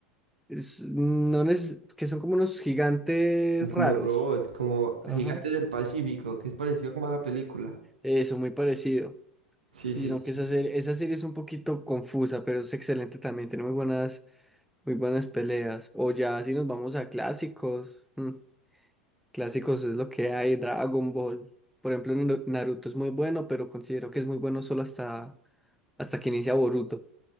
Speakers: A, in the centre; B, on the right (about 70°).
A: Es- no neces- que son como unos gigantes raros.
B: Como robot, como
A: Ajá.
B: Gigantes del Pacífico, que es parecido como a la película.
A: Eso, muy parecido.
B: Sí,
A: Y
B: sí,
A: no,
B: sí.
A: que esa serie, esa serie es un poquito confusa, pero es excelente también. Tiene muy buenas, muy buenas peleas. O ya si nos vamos a clásicos. mm, clásicos es lo que hay, Dragon Ball. Por ejemplo, Naru- Naruto es muy bueno, pero considero que es muy bueno solo hasta, hasta que inicia Boruto.